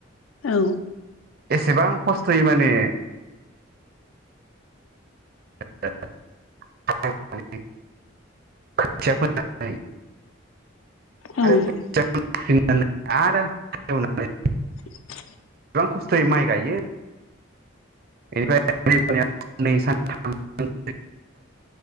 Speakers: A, on the left (about 80°); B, on the right (about 50°).
A: औ
B: एसेबां खस्थ'यै माने <unintelligible> खोथिया फोननानै
A: ओं
B: आरो खोथियाखौ फुनानै आरो हालेवनानै
A: <inaudible>
B: बां खस्थ'यै माइ गायो। बेनिफ्राय सानथाम बे